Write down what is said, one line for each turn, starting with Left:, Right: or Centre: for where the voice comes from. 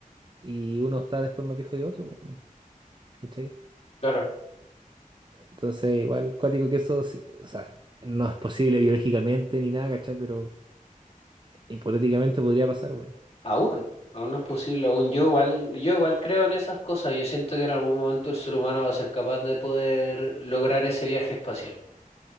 Right: y uno está después más viejo que otro, pues, bueno, ¿cachai?
Left: Claro.
Right: Entonces, igual, cuático que eso, sí, o sea, no es posible biológicamente ni nada, ¿cachai? Pero hipotéticamente podría pasar, bueno.
Left: Aún, aún no es posible, aún yo igual, yo igual creo en esas cosas. Yo siento que en algún momento el ser humano va a ser capaz de poder lograr ese viaje espacial.